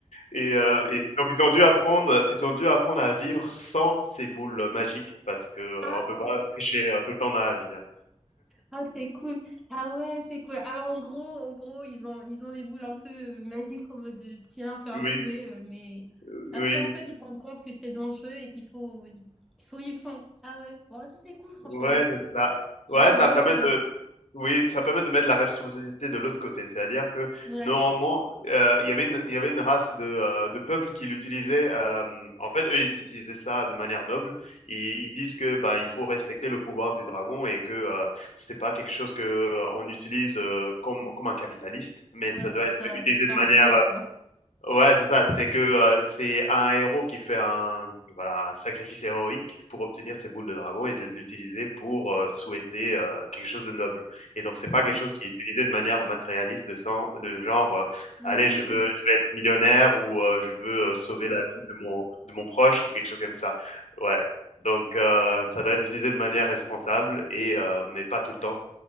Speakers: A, on the left; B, in the centre.
A: et heu et donc ils ont dû apprendre ils ont dû apprendre à vivre sans ces boules magiques parce que, heu,
B: Ah,
A: on peut pas tricher, heu, tout le temps dans la vie, hein.
B: ah, c'est cool. Ah ouais, c'est cool. Alors en gros, en gros, ils ont ils ont les boules un peu euh, magiques en mode de, tiens, fais un
A: Oui,
B: souhait, euh, mais
A: euh,
B: après
A: oui,
B: en fait ils se rendent compte que c'est dangereux et qu'il faut il faut y sans. Ah ouais, bon ça, c'est cool franchement,
A: Ouais,
B: ouais c'est
A: c'est
B: cool.
A: ça.
B: Je
A: Ouais,
B: vois
A: ça
B: le développement.
A: permet de oui, ça permet de mettre la responsabilité de l'autre côté. C'est-à-dire que
B: Ouais,
A: normalement, heu, il y avait une il y avait une race de, heu, de peuples qui l'utilisaient, hem, en fait, eux, ils utilisaient ça de manière noble. Ils ils disent que, bah, il faut respecter le pouvoir du dragon et que, heu, c'était pas quelque chose que, heu, on utilise, heu, comme comme un capitaliste, mais
B: ouais,
A: ça doit
B: c'est
A: être
B: pas
A: utilisé
B: c'est
A: de
B: pas un
A: manière,
B: jouet quoi.
A: Ouais, c'est ça. C'est que, heu, c'est un héros qui fait un voilà, un sacrifice héroïque pour obtenir ses boules de dragon et de l'utiliser pour, heu, souhaiter, heu, quelque chose de noble et donc c'est
B: Hum,
A: pas quelque chose qui est utilisé de manière matérialiste de sang de genre, heu:
B: hum.
A: «Allez, je veux je vais être millionnaire» ou, heu: «Je veux, heu, sauver la vie de mon de mon proche» ou quelque chose comme ça. Ouais, donc heu, ça doit être utilisé de manière responsable et heu, mais pas tout le temps.